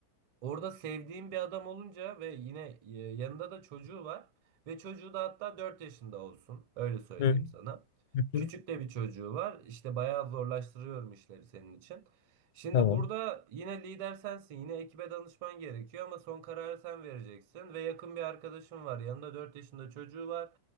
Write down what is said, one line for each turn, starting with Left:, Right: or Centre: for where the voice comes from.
Right: Orada sevdiğim bir adam olunca ve yine e, yanında da çocuğu var. Ve çocuğu da hatta 4 yaşında olsun. Öyle söyleyeyim
Left: hı
Right: sana.
Left: hı,
Right: Küçük
Left: hı hı,
Right: de bir çocuğu var. İşte bayağı zorlaştırıyorum işleri senin için. Şimdi
Left: tamam.
Right: burada yine lider sensin. Yine ekibe danışman gerekiyor ama son kararı sen vereceksin. Ve yakın bir arkadaşın var. Yanında 4 yaşında çocuğu var.